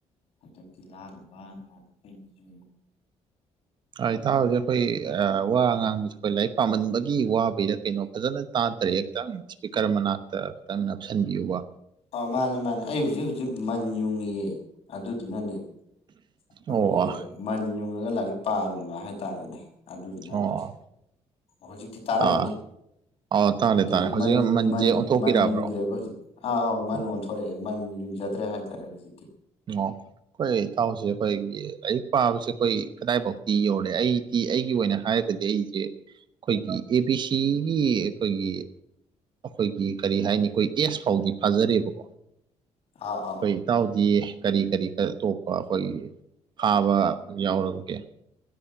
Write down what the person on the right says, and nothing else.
ꯑꯥ ꯏꯇꯥꯎꯖꯦ ꯑꯩꯈꯣꯏ
ꯑꯥ ꯋꯥ ꯉꯥꯡꯕꯁꯤ ꯑꯈꯣꯏ ꯂꯥꯏꯔꯤꯛ ꯄꯥꯃꯟꯕꯒꯤ ꯋꯥꯕꯩꯗ ꯀꯩꯅꯣ ꯐꯖꯅ ꯇꯥꯗ꯭ꯔꯦ ꯈꯤꯇꯪ ꯏꯁꯄꯤꯀꯔ ꯃꯅꯥꯛꯇ ꯈꯤꯇꯪ ꯅꯞꯁꯤꯟꯕꯤꯌꯨꯕ
ꯑꯣ
ꯑꯣ
ꯑꯥ ꯑꯥ ꯇꯥꯔꯦ
ꯇꯥꯔꯦ ꯍꯧꯖꯤꯛ
ꯃꯟꯁꯦ
ꯑꯣꯟꯊꯣꯛꯄꯤꯔꯛꯑꯕ꯭ꯔꯣ
ꯑꯣ
ꯑꯣ ꯑꯈꯣꯏ ꯏ ꯊꯥꯎꯁꯤ ꯑꯩꯈꯣꯏꯒꯤ ꯑꯌꯨꯛ ꯄꯥꯕꯁꯦ ꯑꯈꯣꯏ ꯀꯗꯥꯏꯐꯥꯎꯇꯤ ꯌꯧꯔꯦ ꯑꯩ ꯑꯩꯒꯤ ꯑꯣꯏꯅ ꯍꯥꯏꯔꯒꯗꯤ ꯑꯩꯖꯦ ꯑꯩꯈꯣꯏꯒꯤ ꯑꯦ ꯕꯤ ꯁꯤꯒꯤ ꯑꯩꯈꯣꯏꯒꯤ ꯑꯩꯈꯣꯏꯒꯤ ꯀꯔꯤ ꯍꯥꯏꯅꯤ ꯑꯈꯣꯏ ꯑꯦꯁ ꯐꯥꯎꯗꯤ ꯐꯥꯖꯔꯦꯕꯀꯣ
ꯑꯈꯣꯏ ꯏꯇꯥꯎꯗꯤ ꯀꯔꯤ ꯀꯔꯤ ꯑꯇꯣꯞꯄ ꯑꯈꯣꯏ ꯐꯥꯕ ꯌꯥꯎꯔꯕꯒꯦ